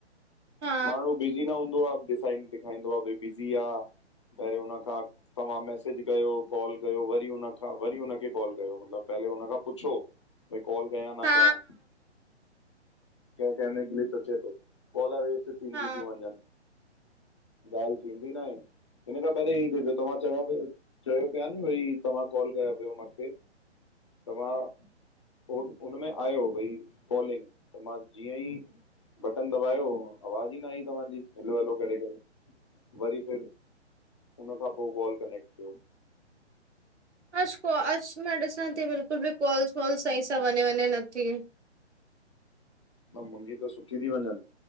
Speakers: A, on the right; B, on the left.
A: हा
B: माण्हू बिज़ी न हूंदो आहे डज़ाइन ख बि आहे पहिर हुन खां तव्हां मसेज कयो कॉल कयो वरी हुनन खांां वरी हुननखे कॉल कयो मतिलबु पहिरले हुन खां पुछो भई कॉल कयया न
A: हा
B: कयया क क किल सोचे थो ला वेस्ट थींदी
A: हा
B: थीियूं वञनि। ॻाल्हि थींदी ना आहे हिन खां पहिरियों ई थिएयो त मां चवां पई चयो पिया नी भई तव्हां कॉल कयां पियो मूंखे त मां पोइ हुन मेंें आयो भई कॉलिंग त मां जीअं ई बटन दबायो आवाज ई न आई तव्हांजी, हलो हलो करे करे। वरी फिर हुन खां पोइ कॉल कनेक्ट थियो।
A: अॼु कोॉ अॼु मां ॾिसां थी बिल्कुलु बि कॉल्स वॉल्स सही सां वञे वञे नथी।
B: मुंी त सुठी थी वञनि